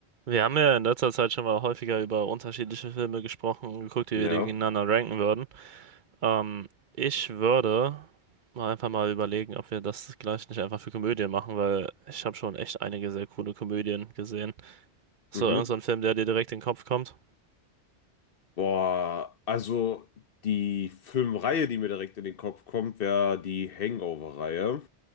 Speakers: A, on the right (about 50°); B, on the left (about 55°).
A: Wir haben ja in letzter Zeit schon mal häufiger über unterschiedliche Filme gesprochen und geguckt, wie
B: Ja.
A: wir die gegeneinander ranken würden. Ähm, ich würde mal einfach mal überlegen, ob wir das gleich nicht einfach für Komödien machen, weil ich habe schon echt einige sehr coole Komödien gesehen. So,
B: Mhm.
A: irgend so ein Film, der dir direkt in den Kopf kommt.
B: Boah, also die Filmreihe, die mir direkt in den Kopf kommt, wäre die Hangover-Reihe.